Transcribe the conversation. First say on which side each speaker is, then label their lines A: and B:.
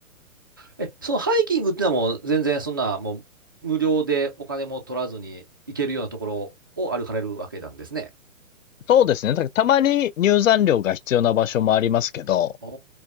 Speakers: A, on the right; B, on the left.
A: え、そのハイキングってのはもう全然そんなもう無料でお金も取らずに行けるようなところを歩かれるわけなんですね。
B: そうですね。だからたまに入山料が必要な場所もありますけど、
A: お